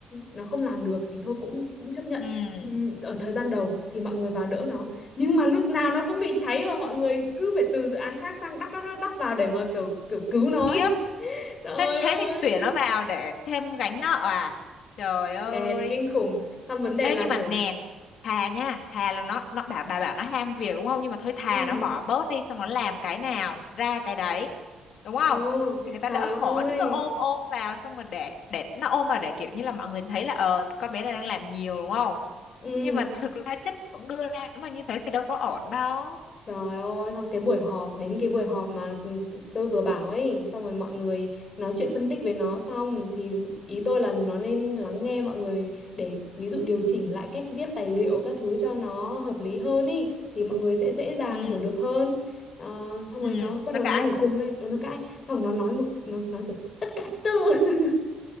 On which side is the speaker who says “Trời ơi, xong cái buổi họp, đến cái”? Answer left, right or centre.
Left